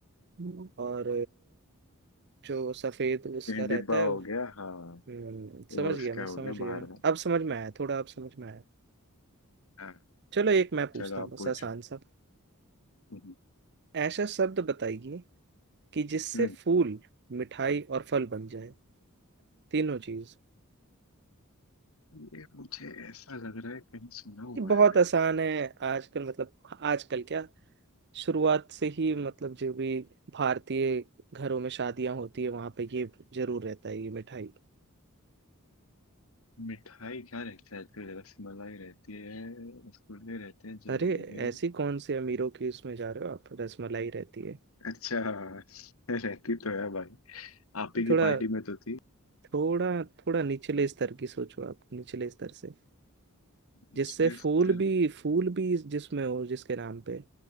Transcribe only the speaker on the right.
हम्म। और जो सफेद उसका
रहता है
वो।
हम्म
समझ
गया मैं
समझ
गया
अब समझ में आया थोड़ा अब समझ में आया
चलो एक मैं पूछता
हूँ
बस
आसान सा
ऐसा शब्द बताइए कि जिससे
फूल मिठाई और फल बन जाए तीनों चीज
ये बहुत
आसान है आजकल मतलब आजकल क्या शुरुआत से ही मतलब जो भी भारतीय घरों में शादियां होती है वहां पे ये जरूर रहता है ये मिठाई
अरे ऐसी कौन से अमीरों की उसमें जा रहे हो आप रसमलाई रहती है
ये
थोड़ा
थोड़ा थोड़ा निचले स्तर की सोचो आप निचले स्तर से
जिससे फूल
भी फूल भी जिसमें हो जिसके नाम पे